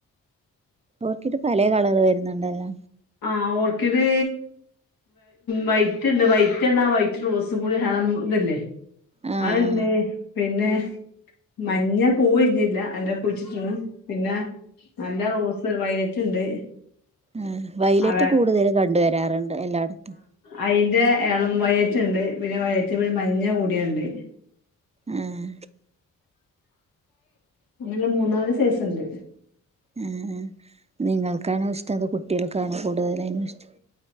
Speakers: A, on the right (about 20°); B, on the left (about 80°).
A: ഓർക്കിഡ് പലേ കളറ് വര്ന്ന്ണ്ടല്ലോ
B: ആ ഓർക്കിഡ് വൈറ്റ് ഇണ്ട് വൈറ്റ് എന്നാ വൈറ്റ് റോസും കൂടി ഇളം ഇത് ല്ലേ
A: ആ
B: അത്ണ്ട്
A: ആ
B: പിന്നെ മഞ്ഞ പൂവ് വിരിഞ്ഞില്ല അന്റെ കുഴിച്ചിട്ട്ക്കിണ് പിന്നെ നല്ല റോസ് വയ റ്റ്ണ്ട്
A: ആ വയ്ലറ്റ്
B: ആ
A: കൂടുതല് കണ്ട് വരാറോണ്ട് എല്ലാടത്തും
B: അയിന്റെ എള്ളം വയറ്റ്ണ്ട് പിന്നെ വയലറ്റ് മഞ്ഞ കൂടിയൊണ്ട്
A: ആഹ്
B: അങ്ങനെ മൂന്നാല് സൈസ് ഇണ്ട്
A: ഉം ഉം നിങ്ങൾ ക്കാണോ ഇഷ്ടം അതോ കുട്ടികൾക്കാണോ കൂട്തലെയിന് ഇഷ്ടം